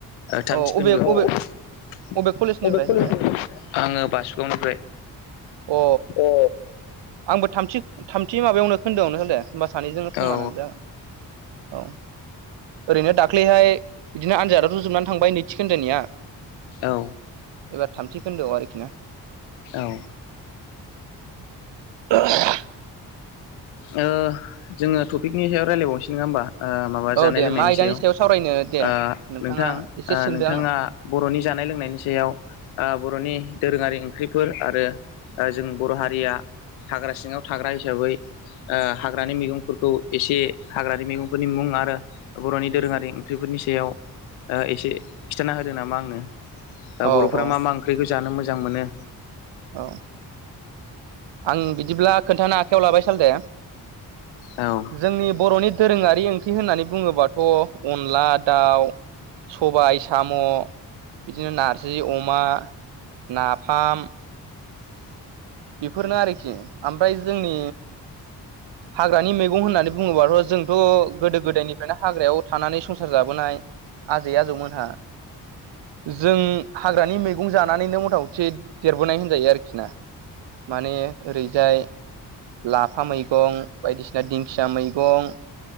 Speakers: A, on the left; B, on the right.
A: थांमथि
B: अ
A: खोन्दोयाव
B: अबे अबे अबे कलेजनिफ्राय
A: बे कलेज
B: साले
A: आङो बासुगावनिफ्राय
B: अ
A: औ
B: आंबो थामथि थामथि माबायावनो खोन्दों होन्दो होमबा सानैजों समानो
A: औ
B: जागोन। औ ओरैनो दाख्लैहाय बिदिनो आनजादा जोबनानै थांबाय नैथि खोन्दोनिया
A: औ
B: एबार थामथि खोन्दोआव आरोखि ना
A: औ
B: <unintelligible>
A: ओ। जो टपिकनि सायाव रायलायबावसै नोंआ होमबा? ओ माबा
B: औ
A: जानाय
B: दे
A: लोंनायनि
B: मा आयदानि
A: सायाव ओ
B: सावरायनो दे नोंथाङा
A: नोंथां
B: एसे
A: ओ
B: सोंदो
A: नोंथाङा
B: आंनाव
A: बर'नि जानाय लोंनायनि सायाव ओ बर'नि दोरोङारि ओंख्रिफोर आरो जों बर' हारिया हाग्रा सिङाव थाग्रा हिसाबै ओ हाग्रानि मैगंफोरखौ एसे हाग्रानि मैगंफोरनि मुं आरो बर'नि दोरोङारि ओंख्रिफोरनि सायाव एसे खिन्थाना होदो नामा आंनो दा
B: औ
A: बर'फोरा
B: औ
A: मा मा ओंख्रिखौ जानो मोजां मोनो
B: औ। आं बिदिब्ला खोन्थानो आखायाव लाबाय साल थे।
A: औ।
B: जोंनि बर'नि दोरोङारि ओंख्रि होननानै बुङोबाथ' अनला दाउ सबाय साम' बिदिनो नारजि अमा नाफाम बेफोरनो आरोखि ओमफ्राय जोंनि हाग्रानि मैगं होननानै बुङोबाथ' जोंथ' गोदो गोदायनिफ्रायनो हाग्रायाव थानानै संसार जाबोनाय आजै आजौमोनहा जों हाग्रानि मैगं जानानैनो मथा मथि देरबोनाय होनजायो आरोखि ना? माने ओरैजाय लाफा मैगं बायदिसिना दिंखिया मैगं